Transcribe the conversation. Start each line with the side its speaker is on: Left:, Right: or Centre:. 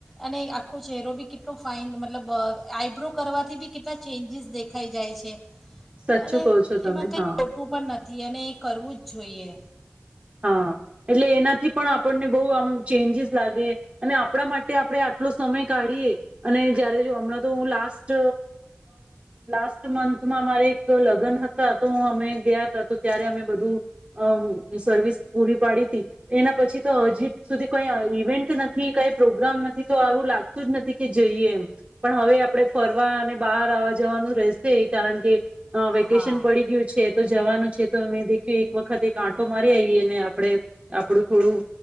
Centre: અને આખો ચહેરો બી કેટલો ફાઇન મતલબ આઈબ્રો કરવા. થી બી કેટલા ચેન્જીસ દેખાઈ જાય છે.
Right: સાચું
Centre: અને
Right: કહો છો તમે
Centre: એમાં કઈ
Right: હા
Centre: ખોટું પણ નથી અને કરવું જ જોઈએ.
Right: હા એટલે એનાથી પણ આપણને બહ આમ ચેન્જીસ લાગે અને આપણા માટે આપણે આટલો સમય કાઢીએ અને જયારે જો હમણાં તો હું લાસ્ટ લાસ્ટ મંથમાં અમારે એક લગ્ન હતા તો હ અમે ગયા હતા તો ત્યારે અમે બધું અ સર્વિસ પૂરી પાડી હતી એના પછી તો હજી સુધી કઈ ઇવેન્ટ નથી કઈ પ્રોગ્રામ નથી તો આવું લાગત જ નથી કે જઈએ એમ પણ હવે આપણે ફરવા અને બહાર આવવા જવાનું રહેશે કારણ કે અ વેકેશન
Centre: હા
Right: પડી ગયું છે તો જવાનું છે તો અમે દેખ્યું એક વખત એક મારી આવીઈએ ને આપડે આપડું થોડું